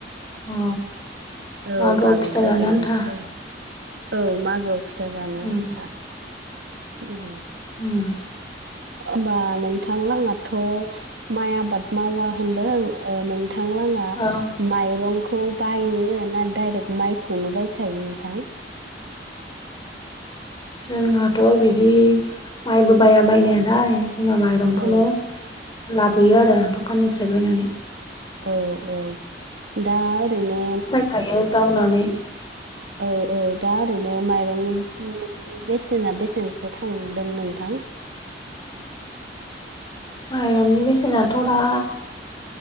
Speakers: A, on the left (about 25°); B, on the right (about 85°).
A: अ
B: औ
A: मागोआव
B: बांद्राय
A: फिथा जानो
B: गायनाय
A: आन्था
B: जाया। औ मागोआव फिथा जानो
A: उम
B: आन्था। उम।
A: उम।
B: होमबा नोंथां <unintelligible> थ' माइ आबाद मावा होनदों ओ नोंथांलाङा
A: औ
B: माइरंखौ बायो ना डाइरेक्ट माइखौनो बायखायो नोंथां?
A: जोंहाथ' बिदि माइबो बाया बायनायालाय। जोङो माइरंखौनो
B: औ
A: लाबोयो आरो दखाननिफ्राय बायनानै।
B: औ औ दा ओरैनो
A: हायो जावनानै
B: औ औ दा ओरैनो माइरंनि नोंनि बेसेना बेसेनसो थांदों नोंथां?
A: माइरननि बेसेनाथ' दा